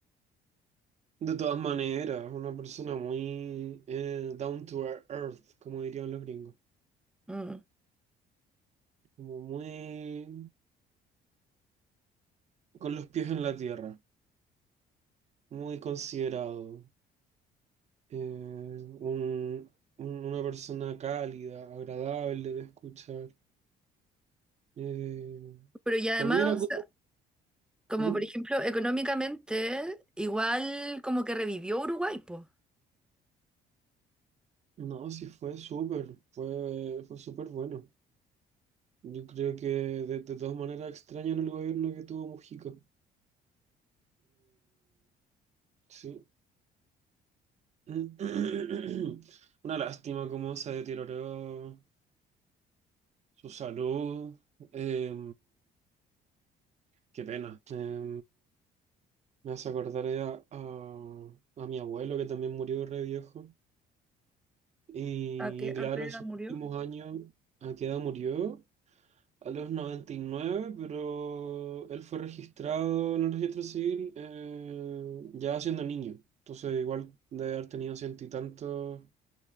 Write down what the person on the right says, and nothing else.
De todas maneras, una persona muy eh, down to earth, como dirían los gringos.
Como muy con los pies en la tierra, muy considerado, eh, un- un- una persona cálida, agradable de escuchar. Eh,
Para mí era como-
¿Mm?
No, sí fue súper, fue, fue súper bueno. Yo creo que de, de todas maneras extrañan el gobierno que tuvo Mujica. Eh, sí. <clears throat> Una lástima cómo se deterioró su salud. Eh, qué pena. Eh, Me hace acordar a, a, a mi abuelo que también murió re viejo. Y,
claro,
sus
últimos años, ¿a qué edad murió? A los noventa y nueve pero él fue registrado en el registro civil eh, ya siendo niño. Entonces igual debe haber tenido ciento y tantos